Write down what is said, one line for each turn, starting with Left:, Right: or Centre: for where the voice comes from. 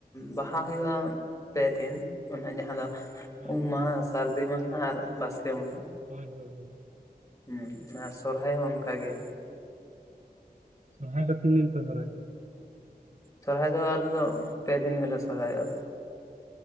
Left: ᱵᱟᱦᱟ ᱦᱩᱭᱩᱜ-ᱟ ᱯᱮ ᱫᱤᱱ ᱚᱱᱟ ᱡᱟᱦᱟᱸ ᱟᱫᱚ
Right: ᱟᱪᱪᱷᱟ
Left: ᱩᱢ ᱢᱟᱦᱟ ᱥᱟᱨᱫᱤ ᱢᱟᱦᱟ ᱟᱨ ᱵᱟᱥᱠᱮ ᱢᱟᱦᱟ
Right: ᱦᱳᱭ ᱦᱳᱭ ᱦᱳᱭ
Left: ᱦᱩᱸ ᱟᱨ ᱥᱚᱨᱦᱟᱭ ᱦᱚᱸ ᱚᱱᱠᱟᱜᱮ
Right: ᱥᱚᱨᱦᱟᱭ ᱫᱚ ᱛᱤᱱ ᱫᱤᱱ ᱯᱮ ᱥᱚᱨᱦᱟᱭᱜ-ᱟ
Left: ᱥᱚᱨᱦᱟᱭ ᱫᱚ ᱟᱞᱮ ᱫᱚ ᱯᱮᱫᱤᱱ ᱜᱮᱞᱮ ᱥᱚᱨᱦᱟᱭᱚᱜᱼᱟ